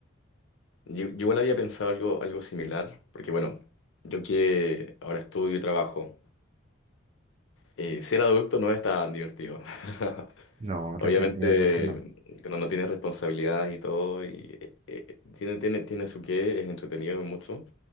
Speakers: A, on the left (about 65°); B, on the right (about 30°).
A: yo, yo igual había pensado algo, algo similar, porque bueno, yo que ahora estudio y trabajo, eh, ser adulto no es tan divertido. <laughs>
B: No,
A: Obviamente,
B: definitivamente no.
A: cuando no tienes responsabilidades y todo, y, eh, eh, tiene, tiene, tiene su qué, es entretenido mucho.